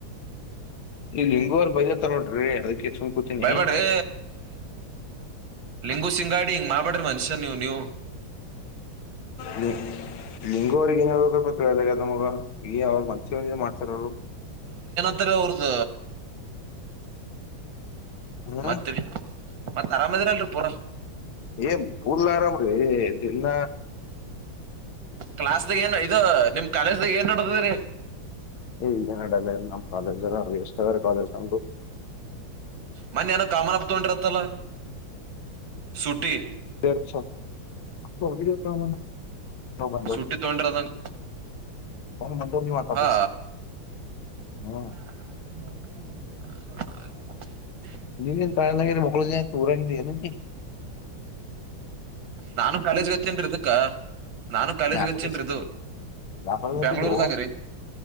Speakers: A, on the left; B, on the right.
A: ಈ ಲಿಂಗೋರು ಬೈದ ತರಟ್ರಿ ಅದಕ್ಕೆ ಸುಂಕತೀನಿ
B: ಬೈಬ್ಯಾಡ್ರಿ
A: ಹ
B: ಹು ಸಿಂಗಾಡಿ ಹಿಂಗ್ ಮಾಡ್ಬಡ್ರಿ ಮನುಷ್ಯ ನೀವು ನೀವು
A: ನಿ ಲಂಗುವರ್ಗಂಗ ಕೊತ್ರಳಲ್ಲದ ಮಗ ಈ ಅವ್ರು ಮಂಚಿವ ಮಾಡ್ತಾರ ಅವರು
B: ಹತ್ರರ ಅವ್ದ
A: ಹ್ಮ್
B: ಮತ್ರಿ ಮತ್ ಅರಾಮದರಲ್ರಿ ಪೂರ
A: ಏನ್ ಪೂರ್ಲ್ಲಾರಾಮ್ರ ಇಲ್ಲ
B: ಕ್ಲಾಸ್್ದಾಗ ಏನ್ ಇದು ನಿಮ್ ಕಾಲೇಜ್ದಾಗ ಏನ್ ನೋಡ್ತರಿ
A: ಏಗ ನಡಲ್ಲ ನಮ್ಮ್ ಕಾಲೇಜ್ ಎರಷ್ಟಾರ ಕಾಲೇಜ್ ಅಂತು
B: ಮನ್ನ ಏನೋ ಕಾಮನ್ಪ್ ತೊಂಡಿರತ್ತಲ್ಲ ಸುಟಿ
A: ಬಸ ಹ ತ ಬಂದ
B: ಸೂಟಿ ತಗೊಂಡಿರದಂಗ
A: ಹ ಮಂಡೂರ ಮಾತ
B: ಹಾ
A: ಆೀ ಹ್ಮ್
B: ಅದ
A: ನೀ ತ ಮಕ್ಳ ತೂರಾಗಿಲ್ಲ
B: ನಾನು ಕಾಲೇಜ್ಗೆ ಹಚ್ಚನ್ಿದುಕ್ಕ ನಾನು ಕಾಲೇಜ್ಗೆ
A: ಯಾಕ
B: ಹಚ್ಚನ್ಿ ಇದು
A: ವ್ಯಾಪಾರದತಿದ್ದು
B: ಬ್ಯಾಂಗ್ಳೂರುದಾಗ ರ